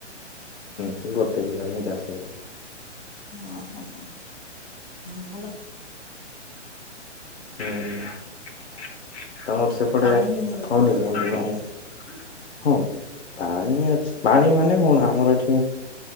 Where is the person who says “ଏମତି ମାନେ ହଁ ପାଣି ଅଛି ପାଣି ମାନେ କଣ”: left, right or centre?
Left